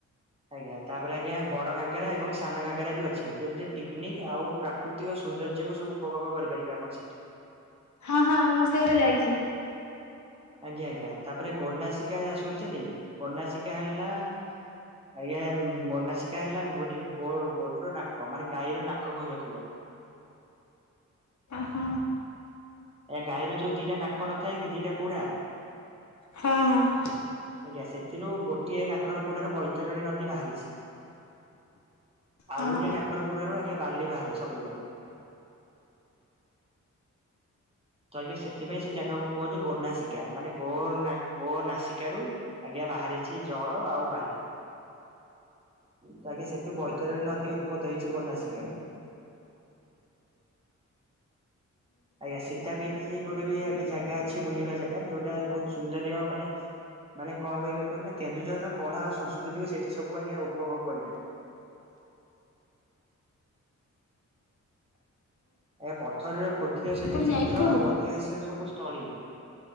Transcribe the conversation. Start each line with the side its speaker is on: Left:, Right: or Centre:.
Right: ଆଜ୍ଞା ତାପରେ ଆଜ୍ଞା ବଡ ଘାଗେରା ଏବଂ ସାନ ଘାଗେରା ବି ଅଛି ଯୋଉଥିରେ ପିକ୍ନିକ ଆଉ କାକୁ ତିକ ସୌନ୍ଦର୍ଯ୍ୟକୁୁ ସବୁ ଉପଭୋଗ କରିପାରିବେ ଆପଣ ସେଠି।
Left: ହଁ ହଁ ମୁଁ ସେ ଗୁରା ଯାଇଚି।
Right: ଆଜ୍ଞା ଆଜ୍ଞା ତାପରେ ଗୋନାଶିକା ଶୁଣିଛନ୍ତି ଗୋନାଶିକା ହେଲା ଆଜ୍ଞା ବନାସିକା ହେଲା ଗୋଟେ ଗୋ ଗୋରୁର ନାକ ମାନେ ଗାଈର ନାକ କହିବାକୁ ଗଲେ।
Left: ଅ ହ।
Right: ଏ ଗାଈର ଯୋଉ ଦିଟା ନାକ ନଥାଏ କି ଦିଟା ପୁଡା।
Left: ହଁ ହଁ।
Right: ଆଜ୍ଞା ସେଥିରୁ ଗୋଟିଏ ନାକର ପୁଡାରୁ ବୈତରଣୀ ନଦୀ ବାହାରିଛି। ଆଉ
Left: ହଁ
Right: ଗୋଟିଏ
Left: ହଁ
Right: ନାକର ପୁରା ରୁ ଆଜ୍ଞା ବାଲି ବାହାରେ ସବୁବେଳେ। ତ ଆଜ୍ଞା ସେଥିପାଇଁ ସେ ଜାଗାକୁ କୁହନ୍ତି ଗୋ ନାସିକା ମାନେ ଗୋ ଗୋ ନାସିକା ରୁ ଆଜ୍ଞା ବାହାରିଛି ଜଳ ଆଉ ବାଲି। ତାକେ ସେଠୁ ବୈତରଣୀ ନଦୀ ଉତ୍ପତ୍ତ ହେଇଛି ଗୋନାଶିକା ରୁ। ଆଜ୍ଞା ସୀତାବିଞ୍ ଗୋଟେ ବି ଆ ଜାଗା ଅଛି ବୁଲିବା ଜାଗା ଯୋଉଟା ବହୁତ ସୁନ୍ଦରୀୟ ମାନେ ମାନେ କଁ କହିବେ କୁହନ୍ତି ନା କେନ୍ଦୁଝର ର କଳା ଆଉ ସଂସ୍କୃତିକୁ ସେଠି ସବୁ ଆଜ୍ଞା ଉପଭୋଗ କରିପାରିବେ। ଏ ପଥରରେ ଖୋଦିତ ସେଠି
Left: ଆପଣ
Right: ଚିତ୍ର
Left: ଯାଇଛନ୍ତି ଆଗକୁ
Right: ଆଉ ଐତିହାସିକ ସବୁ ସ୍ଥଳୀ।